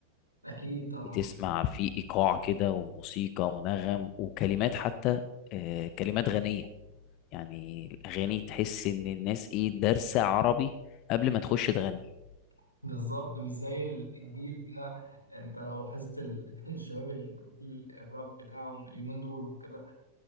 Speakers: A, on the left (about 90°); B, on the left (about 40°).
A: أكيد طبعا
B: بتسمع فيه إيقاع كده وموسيقى ونغم وكلمات حتى آه، كلمات غنية يعني الأغاني تحس إن الناس إيه دارسة عربي قبل ما تخش تغني
A: <laughs> بالظبط مش زي الجيل ده أنت لو لاحظت ال- <laughs> الشباب الجيل الراب بتاعهم اليومين دول وكده